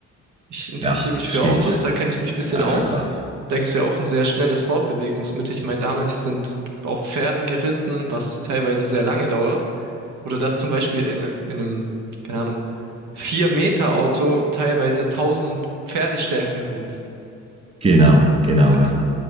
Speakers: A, on the right; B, on the right.
A: Ich interessiere
B: Ja,
A: mich
B: stimmt.
A: für Autos, da kenne ich mich ein bisschen
B: Ah,
A: aus.
B: klar.
A: Da ist ja auch ein sehr schnelles Fortbewegungsmittel. Ich meine, damals, sie sind auf Pferden geritten, was teilweise sehr lange dauert. Oder dass zum Beispiel in, in einem, keine Ahnung, vier meter auto teilweise tausend Pferdestärken sind.
B: Genau, genau,
A: Und
B: ja.